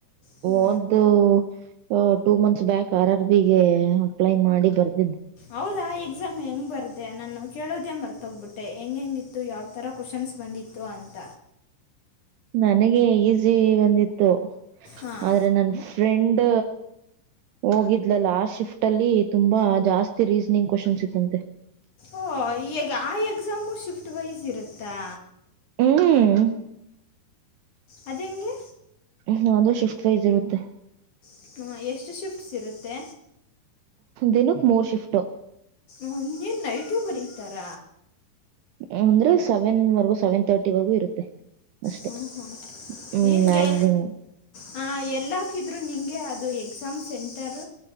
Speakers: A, on the left; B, on the right.
A: ಹ್ಞೂ
B: ಓದ್ದು <unintelligible> two months back R R B ಗೆ ಅಪ್ಲೈ ಮಾಡಿ ಬರ್ <unintelligible>
A: ಹೌದಾ ಎಕ್ಸಾಮ್ ಹೆಂಗ್ ಬರ್ದೆ ನಾನು ಕೇಳೋದೇ ಮರ್ತೋಗ್ಬಿಟ್ಟೆ ಹೆಂಗ ಹೆಂಗಿತ್ತು ಯಾವ <unintelligible> ಥರ ಕ್ವಶನ್ಸ್ ಬಂದಿತ್ತು ಅಂತ
B: ನನಗೆ ಈಸಿ ಬಂದಿತ್ತು
A: ಹಾಂ
B: ಆದ್ರೆ ನನ್ ಟ್ರೆಂಡ್ ಹೋಗಿದ್ಲಲ್ಲ ಆ ಶಿಫ್ಟ್ ಅಲ್ಲಿ ತುಂಬಾ ಜಾಸ್ತಿ ರೀಸನಿಂಗ್ ಕ್ನ್ <unintelligible> ತೆ
A: ಓ ಈಗ ಆ ಎಕ್ಸಾಮು ಶಿಫ್ಟ್ ವೈಸ್ ಇರುತ್ತಾ
B: ಹ್ಮ್
A: ಅದ ಹೆಂಗೆ
B: ಹ್ಮ್ ಅದು ಶಿಫ್ಟ್ ವೈಸ್ ಇರುತ್ತೆ
A: <unintelligible> ಎಷ್ಟು ಶಿಫ್ಟ್ಸ್ ಇರುತ್ತೆ
B: ದಿನಕ್ಕೆ ಮೂರ್ ಶಿಫ್ಟು
A: ಹನ್ನೇನ್ ನೈಟೂ ಬರತಾರ
B: ಅಂದ್ರೆ ಸೆವೆನ್ ವರೆಗೂ ಸೆವೆನ್ ತರ್ಟಿ ವರೆಗೂ ಇರುತ್ತೆ ಅಷ್ಟೆ
A: ಹ್ಮ್ ಹ್ಮ
B: ಹ್ಮ್
A: ನಿನಗೆ
B: ಮ್ಯಾಕ್ಸಿಮಮ್
A: ಹಾ ಎಲ್ಲ ಹಾಕಿದ್ರು ನಿಂಗೆ ಅದು ಎಕ್ಸಾಮ್ ಸೆಂಟರ್